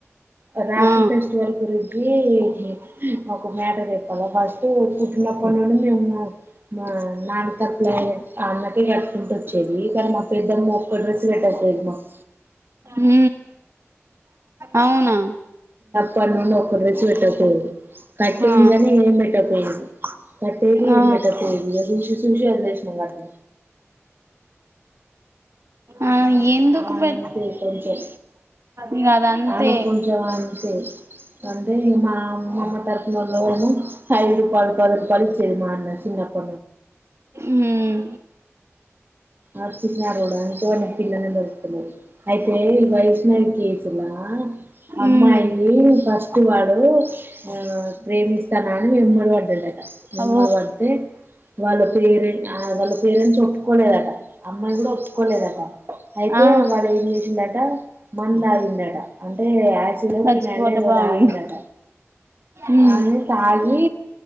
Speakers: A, on the right (about 45°); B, on the right (about 65°).
A: రాఖి
B: ఆ
A: ఫెస్టివల్ గురిం నీకీ ఒక మేటర్ చెప్పాలా ఫస్ట్ పుట్టినప్పటి నుండి మేము <unintelligible> అన్నకే పెట్టుకుంటోచ్చేది కానీ మా పెద్దమ్మ ఒక్క డ్రెస్ పెట్టకపోయిది మాకు
B: మ్ అవునా
A: కానీ నాకు ఒక్క డ్రస్ పెట్టకపోయింది. కట్టేందిగానీ
B: ఆ
A: ఏం పెట్టకపోయింది కట్టేది
B: ఆ
A: ఏగ పెట్టకపోయి ఇగ చూసి చూసి వదిలేస్ తున్నాడు.
B: ఆ ఎందుకు
A: అంతే
B: పెట్
A: కొంచం.
B: ఇగ అది అంతే
A: ఆమెక్కొంచం అంతే అంటే మా మా అమ్మమ్మ తరపునలోల్లను ఐదు రూపాయలు పది రూపాయలు ఇచ్చేది మా అన్న చిన్నప్
B: మ్మ్.
A: ఆర్సిన కూడా <unintelligible> పిల్లని దొరుకుతున్నారు అయితే వైష్నవి కేసులా ఆ అమ్మాయిని
B: ఉమ్
A: ఫస్ట్ వాడు ఆ ప్రేమిస్తానని యెమ్మడి పడ్డాడట ఎంబడి
B: ఓ
A: పడితే వాళ్ళ పేరే ఆ వాళ్ళ పేరెంట్స్ ఒప్పుకోలేదట. అమ్మాయి కూడా ఒప్పుకోలేదట అయితే
B: ఆ
A: వాడు ఏం చేసిందట మందా ందట అంటే యాసిడో
B: చచ్చిపోతే
A: ఫినాయిలో ఏదో
B: బాగుండు
A: తాగిండట
B: ఉమ్
A: అని తాగి